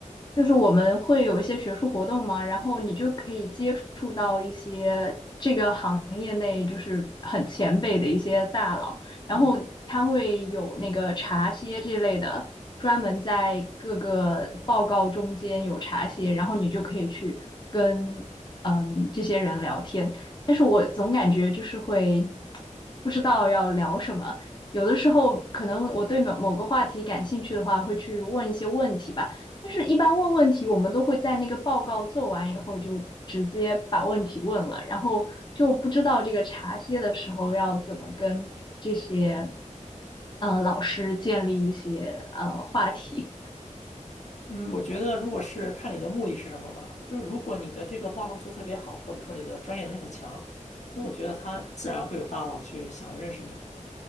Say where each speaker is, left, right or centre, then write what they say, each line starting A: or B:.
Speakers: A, on the left; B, on the left.
A: 就是我们会有一些学术活动嘛，然后你就可以接触到一些这个行业内就是很前辈的一些大佬。然后它会有那个茶歇这类的，
B: 嗯
A: 专门在各个报告中间有茶歇，然后你就可以去跟嗯这些人聊天。但是我总感觉就是会不知道要聊什么，有的时候可能我对某某个话题感兴趣的话，会去问一些问题吧。但是，一般问问题，我们都会在那个报告做完以后就直接把问题问了，然后就不知道这个茶歇的时候要怎么跟这些呃老师建立一些呃话题。
B: 嗯，我觉得如果是看你的目的是什么吧，就是如果你的这个报告做得特别好，或者说你的专业能力很强，那我觉得他自然会有大佬去想认识你的，